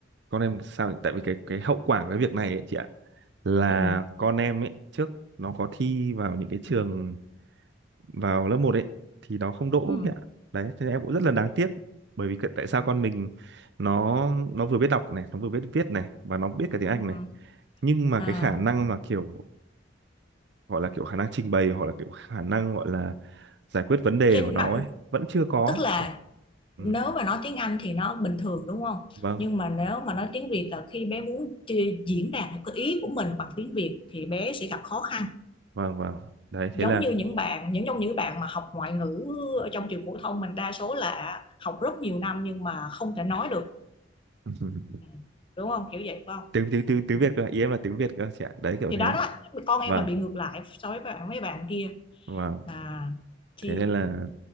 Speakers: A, on the right; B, on the left.
A: con em sao nhỉ? tại vì cái cái hậu quả của cái việc này ấy chị ạ là
B: Ừ.
A: con em ấy trước nó có thi vào những cái trường vào lớp một ấy thì nó không đỗ
B: Ừ.
A: ấy ạ. Đấy, thế em cũng rất là đáng tiếc bởi vì cái- tại sao con mình nó nó vừa biết đọc này, nó vừa biết viết này và nó biết cả tiếng Anh
B: Ừ.
A: này. Nhưng mà
B: À,
A: cái khả năng mà kiểu gọi là kiểu khả năng trình bày hoặc là kiểu khả năng gọi là giải quyết vấn đề
B: cái
A: của nó
B: nó,
A: ấy vẫn chưa có.
B: tức là
A: Kiểu, Ừ,
B: nếu mà nói tiếng Anh thì nó bình thường đúng không?
A: vâng,
B: Nhưng mà nếu mà nói tiếng Việt là khi bé muốn chi- diễn đạt một cái ý của mình bằng tiếng Việt thì bé sẽ gặp khó khăn.
A: vâng, vâng. Đấy, thế
B: Giống
A: là
B: như những bạn, những trong những bạn mà học ngoại ngữ ở trong trường phổ thông mình đa số là học rất nhiều năm nhưng mà không thể nói được.
A: <laughs>
B: Ừ. Đúng không? Kiểu vậy phải không?
A: tiếng tiếng tiếng tiếng
B: Ừ.
A: Việt cơ, ý em là tiếng Việt cơ chị ạ. Đấy kiểu
B: Thì
A: thế.
B: đó đó, con em
A: Vâng,
B: là bị ngược lại so với bạn mấy bạn kia.
A: vâng.
B: À thì
A: Thế nên là